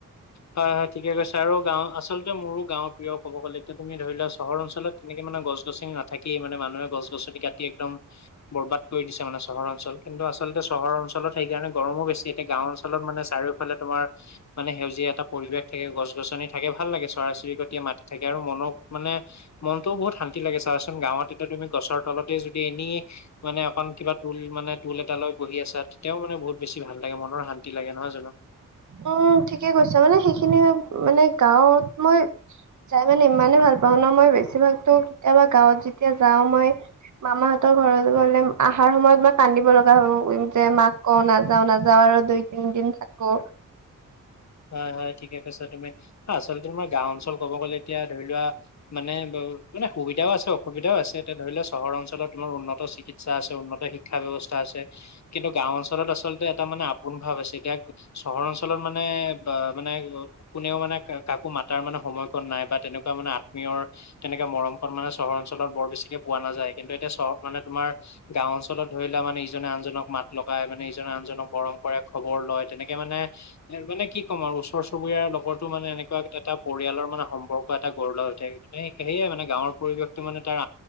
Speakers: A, on the left; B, on the right.
A: হয়, হয় ঠিকে কৈছে আৰু গাঁও আচলতে মোৰো গাঁৱৰ প্ৰিয়, ক'ব গ'লে এতিয়া তুমি ধৰি লোৱা চহৰ অঞ্চলত তেনেকে মানে গছ-গছনি নাথাকে মানে মানুহে গছ গছনি কাটি একদম বৰবাদ কৰি দিছে মানে চহৰ অঞ্চল কিন্তু আচলতে চহৰ অঞ্চলত সেইকাৰণে গৰমো বেছি এতিয়া গাঁও অঞ্চলত মানে চাৰি মানে তোমাৰ মানে সেউজীয়া এটা পৰিৱেশ থাকে গছ-গছনি থাকে ভাল লাগে চৰাই-চিৰিকটীয়া মাতি থাকে আৰু মন মানে মনটোও বহু শান্তি লাগে চাবা চোন গাঁৱত এতিয়া তুমি গছৰ তলতে যদি এনেই মানে অকণ কিবা তুল মানে টোল এটা লৈ বহি আছা তেওঁ মানে বহুত বেছি ভাল লাগে মনৰ শান্তি লাগে নহয় জানো।
B: উম' ঠিকে কৈছ মানে সেইখিনি মানে গাঁৱত মই যাই মানে ইমানে ভাল পাওঁ ন মই বেছিভাগতো কেতিয়াবা গাঁৱত যেতিয়া যাওঁ মই মামাহঁতৰ ঘৰত গ'লে আহাৰ সময়ত মই কান্দিব লগা হয় যে মাক কও নাযাও-নাযাও আৰু দুই-তিন দিন থাকো।
A: হয়, হয় ঠিকে কৈছা তুমি। আচলতে তোমাৰ গাওঁ অঞ্চল ক'ব গলে এতিয়া ধৰি লোৱা মানে মানে সুবিধাও আছে অসুবিধাও আছে। এতিয়া ধৰি লও চহৰ অঞ্চলত তোমাৰ উন্নত চিৎ আছে, উন্নত শিক্ষা ব্যৱস্থা আছে। কিন্তু গাওঁ অঞ্চলত আচলতে এটা মানে আপোন ভাৱ আছে। এতিয়া চহৰ অঞ্চলত মানে বা মানে কোনেও মানে কাকো মাতাৰ মানে সময়কণ নাই বা তেনেকুৱা মানে আত্মীয়ৰ তেনেকে মৰমকন মানে চহৰ অঞ্চলত বৰ বেছিকে পোৱা নাযায়। কিন্তু এতিয়া চহৰ মানে তোমাৰ গাঁও অঞ্চলত ধৰি লোৱা মানে ইজনে আনজনক মাত লগাই, মানে ইজনে আনজনক মৰম কৰে, খবৰ লয় তেনেকে মানে এ মানে কি কি কম আৰু ওচৰ চুবুৰিয়াৰ লগতো মানে এনেকুৱা এটা পৰিয়ালৰ মানে সম্পৰ্ক এটা গঢ় লৈ উঠে। সেয়াই মানে গাঁৱৰ পৰিৱেশটো মানে তাৰ